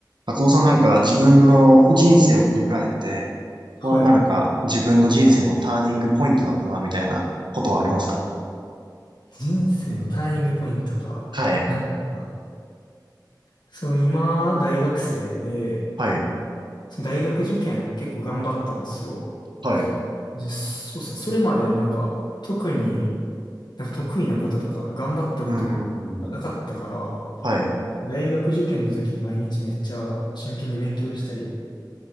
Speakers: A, on the right (about 75°); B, on the left (about 70°).
A: カツオさんなんか自分の人生を振り返って、
B: はい。
A: ここはなんか自分の人生のターニングポイントだったな、みたいなことはありますか
B: 人生のターニングポイントか。
A: はい。
B: なんか、その今、大学生で、
A: はい、
B: その大学受験結構頑張ったんですよ。
A: はい、
B: で、そうですね。それまでなんか、特になんか得意なこととか、頑張ったこと
A: うん、うん
B: がなかったから、
A: はい、
B: 大学受験の時、毎日めっちゃ真剣に勉強したり、